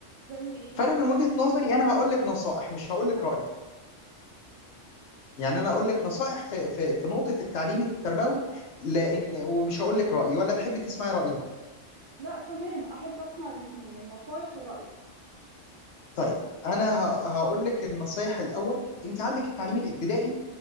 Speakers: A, on the right; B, on the left.
A: زي ايه
B: فانا
A: طيب
B: من وجهة نظري انا هقول لك نصائح مش هقول لك رأيي يعني انا اقول لك نصائح في في في نقطه التعليم التربوي لان ومش هقول لك رايي ولا تحبي تسمعي رايي
A: لا تمام احب اسمع الاتنين النصايح ورأيك
B: طيب انا ه- هقول لك النصائح الاول انت عندك التعليم الابتدائي